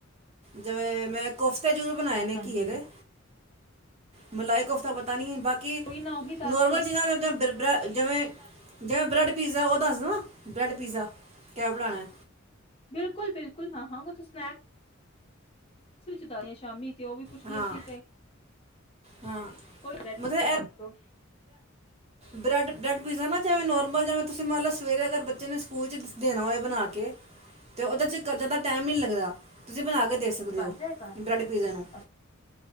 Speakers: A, on the right; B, on the left.
A: ਜਿਵੇਂ ਮੈਂ ਕੋਫਤਾ ਤਾਂ ਜਰੂਰ ਬਣਾਏ ਨੇ
B: ਹਾਂਜੀ
A: ਘਿਏ ਦੇ ਮਲਾਈ ਕੋਫਤਾ ਪਤਾ ਨੀ ਬਾਕੀ
B: ਉਹੀ ਨਾ ਉਹੀ ਦੱਸ
A: ਨੋਰਮਲ
B: ਦੋ
A: ਚੀਜ਼ਾਂ ਜਿਵੇਂ ਬ੍ਰੈਡ ਪੀਜ਼ਾ ਉਹ ਦੱਸਦਾ ਬ੍ਰੈਡ ਪੀਜ਼ਾ ਕਿਆ ਬਣਾਣਾ
B: ਬਿਲਕੁਲ ਬਿਲਕੁਲ ਨਾ ਹੋਗਾ ਤੁਸੀਂ ਸਨੈਕਸ <unintelligible> ਨੇ ਸ਼ਾਮੀ ਤੇ ਉਹ ਵੀ ਪੁੱਛਣੇ
A: ਹਾਂ
B: ਸੀ ਤੇ
A: ਹਾਂ
B: ਕੋਈ <unintelligible>
A: ਮਤਲਬ
B: ਦਸਦੋ
A: ਬਰੈਡ ਬ੍ਰੈਡ ਪੀਜ਼ਾ ਨਾ ਜਿਵੇਂ ਨੋਮਰਮਲ ਜਿਵੇਂ ਤੁਸੀਂ ਮੰਨ ਲਓ ਸਵੇਰੇ ਅਗਰ ਬੱਚੇ ਨੂੰ ਸਕੂਲ ਚ ਦੇਣਾ ਹੋਏ ਬਣਾ ਕੇ ਤੇ ਉਹਦੇ ਚ ਜ਼ਿਆਦਾ ਟਾਈਮ ਨੀ ਲੱਗਦਾ ਤੁਸੀਂ ਬਣਾ ਕੇ ਦੇ ਸਕਦੇ
B: ਬਣ
A: ਹੋ
B: ਜਾਏਗਾ
A: ਬ੍ਰੈਡ ਪੀਜ਼ੇ ਨੂੰ
B: ਅੱਛਾ